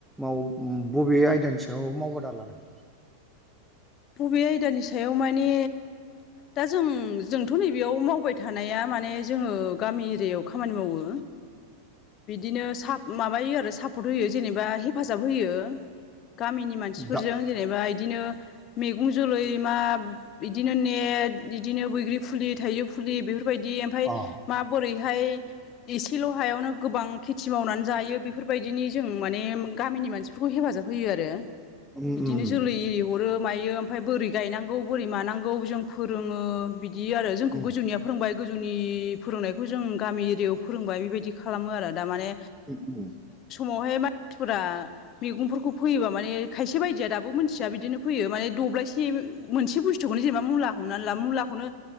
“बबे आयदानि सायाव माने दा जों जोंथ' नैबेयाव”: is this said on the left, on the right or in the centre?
Left